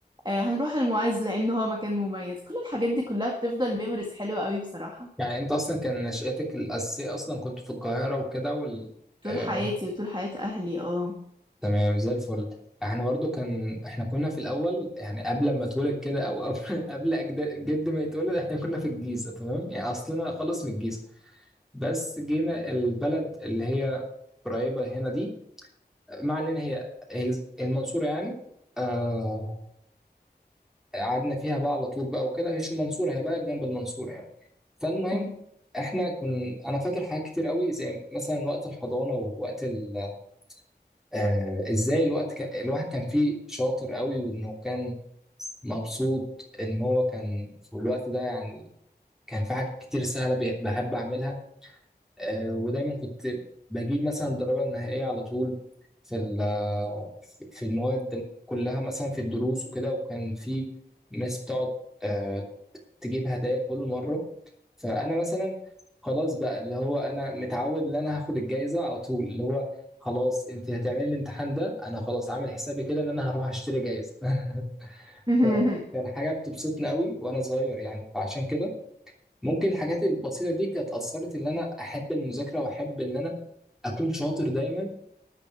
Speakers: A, on the right; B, in the centre.
A: آه، هنروح المعز لأنه هو مكان مميز كل الحاجات دي كلها بتفضل ميموريز حلوة قوي بصراحة
B: يعني انت اصلا كان نشأتك الاساسيه اصلا كنت في القاهره وكده وال...
A: طول
B: آه،
A: حياتي وطول حياة أهلي اه
B: تمام زي الفل احنا برضو كان احنا كنا في الاول يعني قبل ما اتولد كده او قبل <laughs> قبل اجداد جد ما يتولد احنا كنا في الجيزه تمام يعني اصلنا خالص من الجيزه بس جينا البلد اللي هي قريبه هنا دي مع ان هي هي المنصوره يعني آه قعدنا فيها بقى على طول بقى وكده هيش المنصورة هي بقى جنب المنصورة يعني فالمهم
A: مم.
B: احنا كن انا فاكر حاجات كتير قوي زي مثلا وقت الحضانة ووقت ال... آه ازاي الوقت كان... الواحد كان فيه شاطر قوي وانه كان مبسوط ان هو كان في الوقت ده يعني كان في حاجات كتير سهلة بي- بحب اعملها آه ودايما كنت بجيب مثلا الدرجة النهائية على طول في ال- آه، في المواد كلها مثلا في الدروس وكده وكان في ناس بتقعد آه، تجيب هدايا كل مرة فأنا مثلا خلاص بقى اللي هو أنا متعود إن أنا هاخد الجايزة على طول اللي هو خلاص أنت هتعملي الامتحان ده أنا خلاص عامل حسابي كده إن أنا هروح أشتري جايزة <laughs>
A: <laughs>
B: فكان حاجة بتبسطني قوي وأنا صغير يعني فعشان كده ممكن الحاجات البسيطة دي كانت أثرت إن أنا أحب المذاكرة وأحب إن أنا أكون شاطر دايما